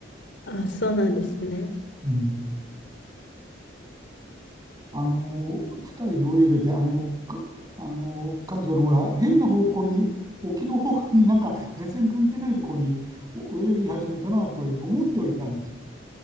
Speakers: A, on the left; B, on the right.
A: あ、そうなんですね。
B: うん、あの2人で泳いでて、あのかあの彼女の方が変な方向に、沖の方向になんか全然関係ないところにお泳ぎ始めたなというふうに思ってはいたんです。